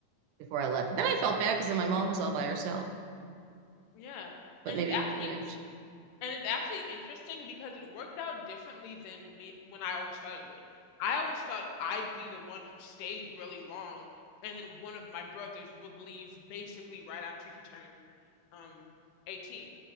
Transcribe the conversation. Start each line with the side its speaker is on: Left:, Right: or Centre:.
Right: before I left. And Then I felt bad because then my mom was all by herself.
Left: Yeah.
Right: But
Left: And
Right: maybe,
Left: it's actually
Right: you know,
Left: And it's actually interesting because it worked out differently than me when I always thought it would. I always thought I'd be the one who stayed really long, and then one of my brothers would leave basically right after he turned um 18.